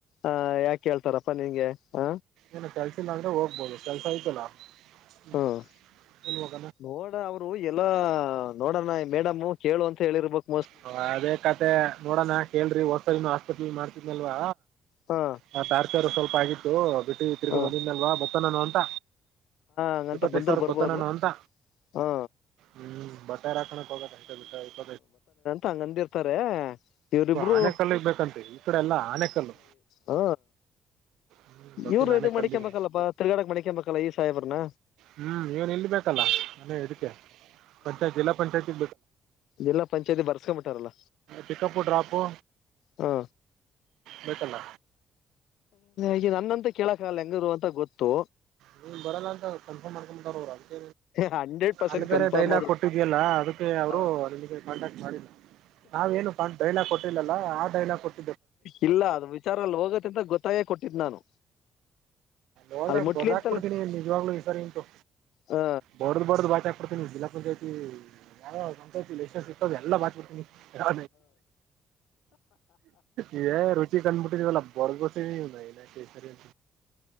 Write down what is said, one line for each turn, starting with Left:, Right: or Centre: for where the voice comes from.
Left: ಅ ಯಾಕೆೇಳ್ತಾರಪ್ಪ ನಿಗೆ ಹ
Right: ಏನು ಕೆಲ್ಸಿಲ್ಲ ಅಂದ್ರೆ ಹೋಗ್ಬೋದು ಕೆಲ್ಸ ಐ್ತಲ್ಲ
Left: ಹ್ಮ್
Right: ಹ್ಮ್
Left: ನೋಡ ಅವರು ಎಲ್ಲಾ ನೋಡಣ ಮೇಡಮ್ ಕೇಳು ಅಂತ ಹೇಳಿರ್ಬೇಕು
Right: ಹ ಅದೇ ಕತೆೆ ನೋಡೋಣ ಕೇಳ್ರಿ ಹೊರ್ಸಲ್ ಇನ್ನು ಆಸ್ಪತ್ರೆ ಮಾಡ್ತಿದ್ನಲ್ವಾ
Left: ಹಾ
Right: ಹ ತಾರ್ಚಾರ ಸ್ವಲ್ಪ ಆಗಿತ್ತು ಬಿಟ್ಟು ತಿರ್ಗಿ
Left: ಹಾ
Right: ಬಂದಿನಲ್ವಾ ಗೊತ್ತ ನಾನು ಅಂತ
Left: ಹಂಗಂತ
Right: ಇಪ್ಪತ್ತೈದು
Left: ಬಂದ್ರ
Right: ಸಾವಿರ
Left: ಬರ್ಬೋದು
Right: ಬೊತ್ತನಾನ ಅಂತ
Left: ಹಾ
Right: ಹ್ಮ್ ಬಟ್ಟಾರೆ ಹಾಕಣ ಇಪ್ಪಯ ಇಪ್ಪ
Left: ತಂಗಂದಿರ್ತಾರೆ ಇವರಿಬ್ಬರು
Right: ಆನೆಕಲ್ಲಿಗೆ ಬೇಕಂತೆ ಈ ಕಡೆ ಎಲ್ಲ ಆನೆಕಲ್ಲು
Left: ಹ
Right: ಹ್ಞೂ ಗೊತ್ತಿಲ್ಲ
Left: ಇವರು ಇ
Right: ಆನೆಕಲ್ಲಿಗೆ
Left: ಮಡಕೊಂಬಲ್ಲಪ್ಪಾ ತಿರ್ಗಾಡಕ್ ಮಡಕೊಬೇಕಲ್ಲ ಈ ಸಾಹೇಬ್ರನ್ನ
Right: ಹ್ಮ್ ಇವನ್ ಇಲ್ಬೇಕಲ್ಲ ನಾನೇ ಇದಡಕ್ಕೆ ಪಂಚಾಯತ್ ಜಿಲ್ಲಾ ಪಂಚಾಯತಿ
Left: ಎಲ್ಲ ಸಂಚಾಯತಿ ಬರ್ಸ್ಕೊಂಬಿಟ್ಟಾರಲ್ಲ
Right: ಪಿಕಪ್ಪು ಡ್ರಾಪು
Left: ಹಾ
Right: ಬೇಕಲ್ಲ
Left: ಈಗ ನನ್ನಂತ ಕೇಳಕ್ಕಾಗಲ್ಲ ಹೆಂಗರು ಅಂತ ಗೊತ್ತು
Right: ನೀ ಬರಲ್ಲ ಅಂತ ಕನ್ಫರ್ಮ್ ಮಾಡ್ಕೊತಾರ ಅವರು ಅಂತ
Left: ಹಂಡ್ರೆಡ್ ಪರ್ಸೆಂಟ್
Right: ಅಲ್ಲಿ ಬೇರೆ
Left: ಕನ್ಫರ್ಮ್
Right: ಡೈಲಾಗ್
Left: ಅದು
Right: ಕೊಟ್ಟಿದ್ಯಲ್ಲ ಅದಕ್ಕೆ ಅವ್ರು
Left: ಹ
Right: ನಿಮಗೆ ಕಾಂಟ್ಯಾಕ್ಟ್ ಮಾಡಿಲ್ಲ ನಾವ್ೇನು ಡೈಲಾಗ್ ಕೊಟ್ಟಿಲ್ಲಲ್ಲ ಆ ಡೈಲಾಗ್ ಕೊಟ್ಟ
Left: ಇಲ್ಲ ಅದ ವಿಚಾರದಲ್ಲಿ ಹೋಗತ್ತ ಅಂತ ಗೊತ್ತಾಗೇ ಕೊಟ್ಟಿದ್ ನಾನು
Right: ಹೋದ್ರೆ
Left: ಅಲ್ಲಿ ಮುಟ್ಲಿ
Right: ಬಡದ
Left: ಅಂತಲ್ಲ
Right: ಹಾಕ್ಬ ಬಿಡ್ತೀನಿ ನಿಜ್ವಾಗ್ಲುೂ ಈ ಸಾರಿ ಉಂಟು
Left: ಹ
Right: ಬಡದ್ ಬಡ್ ಬಾ ಕೊಡ್ತೀನಿ ಜಿಲ್ಲಾ ಪಂಚಾಯತಿ ಯಾವ ಪಂಚಾಯತಿ ಲೈಸೆನ್ಸ್ ಇತ್ತದೆ ಎಲ್ಲ ಬಾಿಡ್ತೀನಿ ಹ ಇದ ರುಚಿ ಕಂಡ್ಬಿಟ್ಟ ಬೇಲ್ಲ ಬರ್ಗಸನನರಿ